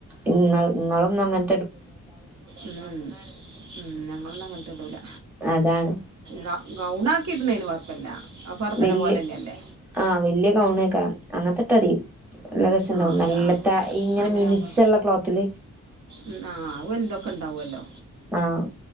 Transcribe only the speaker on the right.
ഉം ഉം ഞങ്ങളൊന്നും അങ്ങൻത്തെഇടൂല്ല
ഗൗ ഗൗണാക്കിയിട്ണേന് കൊഴപ്പല്ല്യ ഇതന്ന
പോലന്നെല്ലേ
ആഹ്
അത് ആഹ്
അങ്ങനെ
ആകുമ്പോ
ഉം ആ വല്തൊക്കെ ഉണ്ടാവല്ലോ